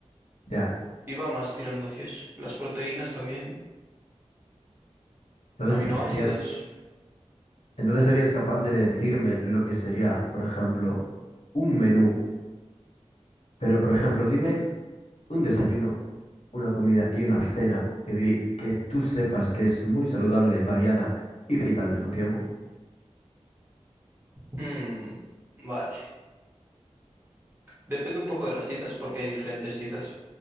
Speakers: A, on the left (about 70°); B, on the right (about 20°).
A: Ya.
B: Y va más tirando hacia eso. Las proteínas también,
A: Entonces
B: aminoácidos.
A: serías... Entonces serías capaz de decirme lo que sería, por ejemplo, un menú, pero por ejemplo, dime un desayuno, una comida y una cena que, diri- que tú sepas que es muy saludable, variada y rica al mismo tiempo.
B: Hmm, vale. Depende un poco de las dietas porque hay diferentes dietas